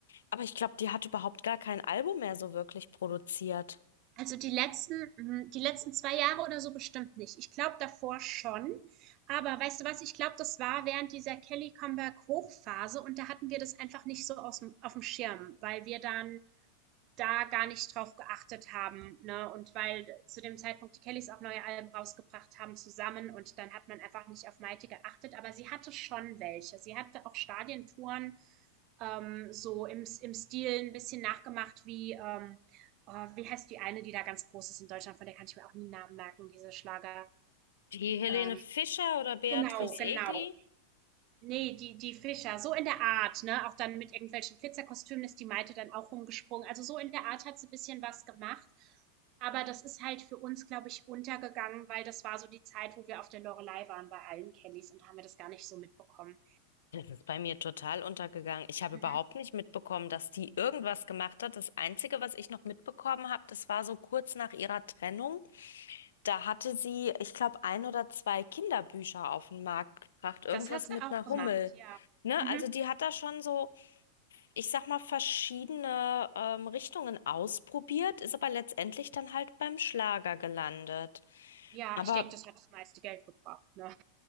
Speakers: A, on the left (about 65°); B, on the right (about 40°).
A: Aber ich glaube, die hat überhaupt gar kein Album mehr so wirklich produziert.
B: Also die letzten, hm, die letzten 2 Jahre oder so bestimmt nicht. Ich glaube davor schon. Aber weißt du was, ich glaube, das war während dieser Kelly-Comeback-Hochphase und da hatten wir das einfach nicht so aus dem, auf dem Schirm, weil wir dann da gar nicht drauf geachtet haben. Ne? Und weil zu dem Zeitpunkt die Kellys auch neue Alben rausgebracht haben zusammen und dann hat man einfach nicht auf Maite geachtet. Aber sie hatte schon welche. Sie hatte auch Stadientouren ähm, so im, im Stil ein bisschen nachgemacht wie, ähm, oh, wie heißt die eine, die da ganz groß ist in Deutschland, von der kann ich mir auch nie einen Namen merken, diese Schlager.
A: Die Helene
B: Ähm,
A: Fischer oder Beatrice
B: genau, genau.
A: Egli?
B: Nee, die die Fischer, so in der Art, ne? Auch dann mit irgendwelchen Glitzerkostümen ist die Maite dann auch rumgesprungen. Also, so in der Art hat sie ein bisschen was gemacht, aber das ist halt für uns, glaube ich, untergegangen, weil das war so die Zeit, wo wir auf der Loreley waren bei allen Kellys und haben wir das gar nicht so mitbekommen.
A: Das ist bei mir total untergegangen. Ich habe
B: Mhm.
A: überhaupt nicht mitbekommen, dass die irgendwas gemacht hat. Das Einzige, was ich noch mitbekommen habe, das war so kurz nach ihrer Trennung. Da hatte sie, ich glaube, ein oder zwei Kinderbücher auf den Markt gebracht. Irgendwas
B: Das hat sie
A: mit
B: auch
A: einer
B: gemacht,
A: Hummel.
B: ja.
A: Ne?
B: Mhm.
A: Also die hat da schon so, ich sag mal, verschiedene ähm, Richtungen ausprobiert, ist aber letztendlich dann halt beim Schlager gelandet.
B: Ja,
A: Aber
B: ich denke, das hat das meiste Geld gebracht, ne?